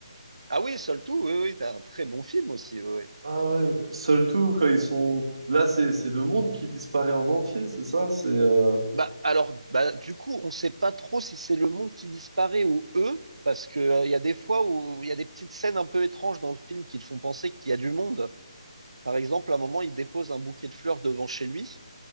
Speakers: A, on the right (about 80°); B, on the right (about 65°).
A: Ah oui, Seul Tout, oui, oui, t'as un très bon film aussi. Oui, oui.
B: Ah ouais, Seul Tout, quand ils sont... Là, c'est c'est le monde qui disparaît en entier, c'est ça? C'est... euh,
A: Bah, alors, bah, du coup, on sait pas trop si c'est le monde qui disparaît ou eux, parce que, euh, il y a des fois où il y a des petites scènes un peu étranges dans le film qui te font penser qu'il y a du monde. Par exemple, à un moment, il dépose un bouquet de fleurs devant chez lui,